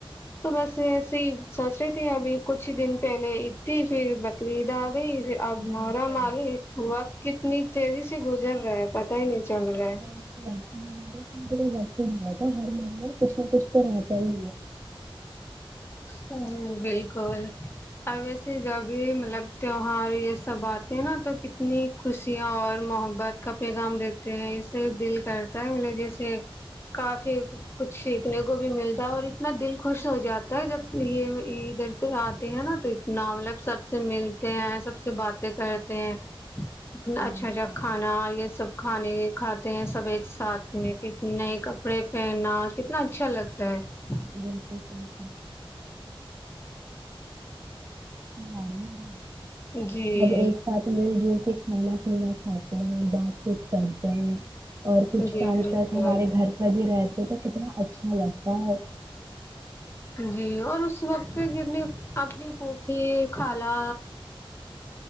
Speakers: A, on the left; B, on the right.
A: تو بس ایسے ہی سوچ رہے تھے ابھی کچھ ہی دن پہلے اید تھی پھر بقریدہ آب
B: بالکل
A: آرام آگے وقت کتنی تیزی سے گزر رہا ہے پتا ہی نہیں چل رہا ہے
B: ب مار کوئی وقت ہی نہیں رہتا ہر مہینے کچھ نہ کچھ تو رہتا ہی
A: ج بالکل اور ویسے جب بھی مطلب تیوہار یہ سب آتے ہیں نا تو کتنی خوشیاں اور محبت کا پیغام دیتے ہیں اس سے دل کرتا ہے م جیسے کافی کچھ سیکھنے کو بھی ملتا ہے اور اتنا دل خوش ہو جاتا جب یہ عید اھردھر آتے ہیں نا تو اتنا مطلب سب سے ملتے ہیں سب سے باتیں کرتے ہیں
B: بالکل
A: اچھا اچھا کھانا یہ سب کھانے کھاتے ہیں سب ایک ساتھ میں کت نئے کپڑے پہنا کتنا اچھا لگتا ہے
B: بالکل صحی <inaudible>
A: جی
B: اب ایک ساتھ مل جل کے منا پلا خات بات چیت چلتے اور کچھ
A: جی
B: ٹائم
A: بالکل
B: تک ہمارے گھر پر بھی رہتے تو کتنا اچھا لگتا ہے
A: جی اور اس وقت پہ کتنی اپنی پوفھی خالا